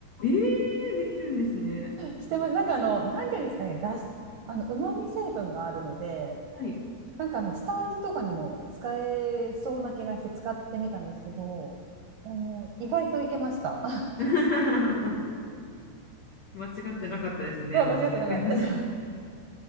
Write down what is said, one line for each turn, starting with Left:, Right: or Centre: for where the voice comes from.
Left: えー、できるんですね。
Right: してます。なんかあの、なんていうんですかね、だし、あの、旨味成分があるので、
Left: はい。
Right: なんかあの、下味とかにも使えそうな気がして使ってみたんですけど、あの意外といけました。
Left: <laughs> 間違ってなかったですね。
Right: <laughs> そう、
Left: あの、
Right: 間違ってなかったです。
Left: <laughs> 初